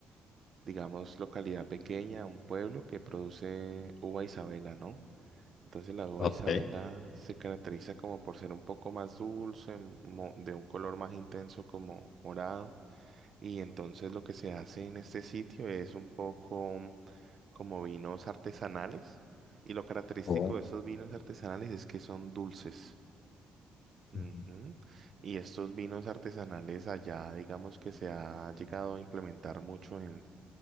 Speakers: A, on the right (about 50°); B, on the left (about 60°).
A: digamos, localidad pequeña, un pueblo que produce uva Isabela, ¿no? Entonces la uva
B: ok.
A: Isabela se caracteriza como por ser un poco más dulce, mo- de un color más intenso como morado. Y entonces lo que se hace en este sitio es un poco como vinos artesanales. Y lo característico
B: Oh.
A: de estos vinos artesanales es que son dulces. Ujú.
B: Ujú,
A: Y estos vinos artesanales allá, digamos que se ha llegado a implementar mucho en